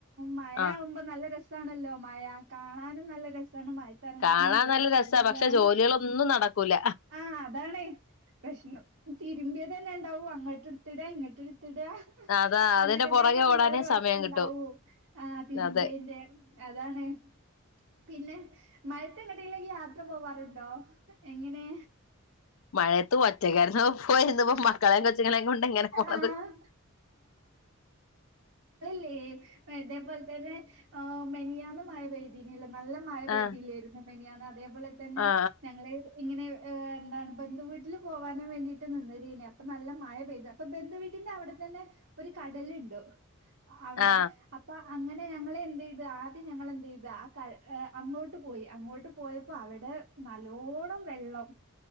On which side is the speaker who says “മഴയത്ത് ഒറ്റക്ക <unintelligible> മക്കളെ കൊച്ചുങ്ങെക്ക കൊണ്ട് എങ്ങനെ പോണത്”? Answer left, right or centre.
Left